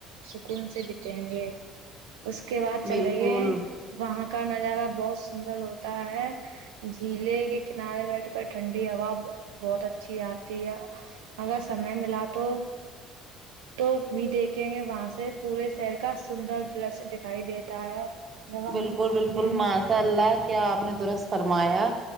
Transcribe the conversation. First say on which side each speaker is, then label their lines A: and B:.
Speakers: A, on the right; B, on the right.
A: سکون سے بتیں گے اس کے بعد چلے
B: بالکل
A: گئے وہاں کا نظارہ بہت سندر ہوتا ہے جلے کے کنارے بیٹھ کر ٹھنڈی ہا بہت اچھی آتی ہے اگر سمے ملا تو تو بھی دیکھیں گے وہاں سے پورے شہر کا سندر درشیہ دکھائی دیتا ہے جب
B: بالکل
A: ہم
B: بالکل
A: اجمیر میں
B: ماشاء اللہ کیا آپ نے درست فرمایا